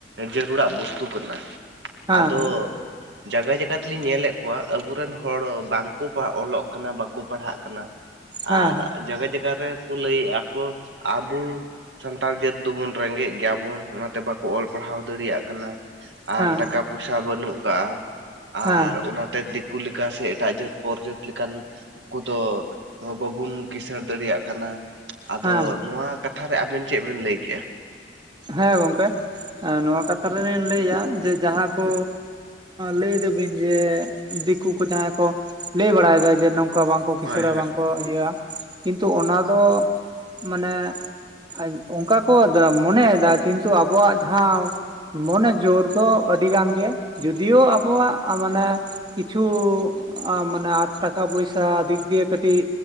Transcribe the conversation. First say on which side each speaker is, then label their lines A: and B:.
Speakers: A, on the right (about 80°); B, on the right (about 25°).
A: ᱡᱟᱹᱨᱩᱲᱟᱜ ᱵᱚᱥᱛᱩ ᱠᱟᱱᱟ
B: ᱦᱮᱸ
A: ᱟᱫᱚ
B: ᱦᱮᱸ
A: ᱡᱟᱭᱜᱟ ᱡᱟᱭᱜᱟ ᱫᱚᱞᱤᱧ ᱧᱮᱞᱮᱫ ᱠᱚᱣᱟ ᱟᱵᱚᱨᱮᱱ ᱦᱚᱲ ᱵᱟᱝᱠᱚ ᱚᱞᱚᱜ ᱠᱟᱱᱟ ᱵᱟᱝᱠᱚ ᱯᱟᱲᱦᱟᱜ ᱠᱟᱱᱟ <unintelligible>
B: ᱦᱮᱸ
A: ᱟᱨ ᱡᱟᱭᱜᱟ ᱡᱟᱭᱜᱟ ᱨᱮᱠᱚ ᱞᱟᱹᱭᱮᱫᱼᱟ ᱠᱚ ᱟᱵᱚ ᱥᱟᱱᱛᱟᱲ ᱡᱟᱹᱛ ᱫᱚᱵᱚᱱ ᱨᱮᱸᱜᱮᱡ ᱜᱮᱭᱟᱵᱚᱱ ᱚᱱᱟᱛᱮ ᱵᱟᱠᱚ ᱚᱞ ᱯᱟᱲᱦᱟᱣ ᱫᱟᱲᱮᱭᱟᱜ ᱠᱟᱱᱟ
B: ᱦᱮᱸ
A: ᱟᱨ ᱴᱟᱠᱟ ᱯᱚᱭᱥᱟ ᱵᱟᱹᱱᱩᱜ ᱟᱠᱟᱜᱼᱟ
B: ᱦᱮᱸ
A: ᱟᱨ ᱚᱱᱟᱛᱮ ᱫᱤᱠᱩ ᱞᱮᱠᱟ ᱥᱮ ᱮᱴᱟᱜ ᱡᱟᱹᱛ ᱯᱚᱨ ᱡᱟᱹᱛ ᱞᱮᱠᱟᱱ ᱩᱱᱠᱩ ᱫᱚ ᱵᱟᱵᱚᱱ ᱠᱤᱥᱟᱹᱬ ᱫᱟᱲᱮᱭᱟᱜ ᱠᱟᱱᱟ ᱟᱫᱚ
B: ᱦᱮᱸ
A: ᱱᱚᱣᱟ ᱠᱟᱛᱷᱟ ᱨᱮ ᱟᱵᱮᱱ ᱪᱮᱫ ᱵᱮᱱ ᱞᱟᱹᱭ ᱠᱮᱜᱼᱟ?
B: ᱦᱮᱸ ᱜᱚᱝᱠᱮ ᱱᱚᱣᱟ ᱠᱟᱛᱷᱟ ᱨᱮᱞᱤᱧ ᱞᱟᱹᱭᱟ ᱡᱮ ᱡᱟᱦᱟᱸ ᱠᱚ ᱞᱟᱹᱭ ᱫᱟᱵᱤᱱ ᱡᱮ ᱫᱤᱠᱩ ᱠᱚ ᱡᱟᱦᱟᱸᱭ ᱠᱚ ᱞᱟᱹᱭ ᱵᱟᱲᱟᱭᱮᱫᱟ ᱡᱮ ᱱᱚᱝᱠᱟ ᱼᱼ <inaudible> ᱵᱟᱝᱠᱚ ᱠᱤᱥᱟᱹᱬᱟ
A: ᱦᱳᱭ
B: ᱵᱟᱝᱠᱚ ᱤᱭᱟᱹ ᱠᱤᱱᱛᱩ ᱚᱱᱟ ᱫᱚ ᱢᱟᱱᱮ ᱟᱡ ᱚᱱᱠᱟ ᱠᱚ ᱼᱼ ᱢᱚᱱᱮᱭᱮᱫᱟ ᱠᱤᱱᱛᱩ ᱟᱵᱚᱣᱟᱜ ᱡᱟᱦᱟᱸ ᱢᱚᱱᱮ ᱡᱳᱨ ᱫᱚ ᱟᱹᱰᱤ ᱜᱟᱱ ᱜᱮ ᱡᱩᱫᱤᱭᱳ ᱟᱵᱚᱣᱟᱜ ᱟᱨ ᱢᱟᱱᱮ ᱠᱤᱪᱷᱩ ᱟ ᱢᱟᱱᱮ ᱟᱨ ᱴᱟᱠᱟ ᱯᱚᱭᱥᱟ ᱫᱤᱠ ᱫᱤᱭᱟᱹ ᱠᱟᱹᱴᱤᱡ